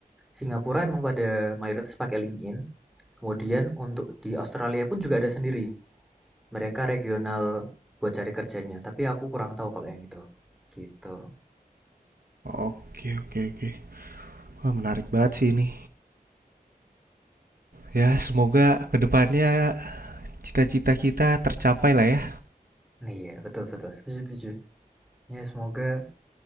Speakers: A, in the centre; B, on the right.
A: Singapura emang pada mayoritas pakai LinkedIn. Kemudian untuk di Australia pun juga ada sendiri mereka regional buat cari kerjanya, tapi aku kurang tahu kalau yang itu. Gitu.
B: Oke oke oke. Wah, menarik banget sih ini. Ya, semoga kedepannya cita-cita kita tercapai lah ya.
A: iya betul-betul. Setuju, setuju. Ya, semoga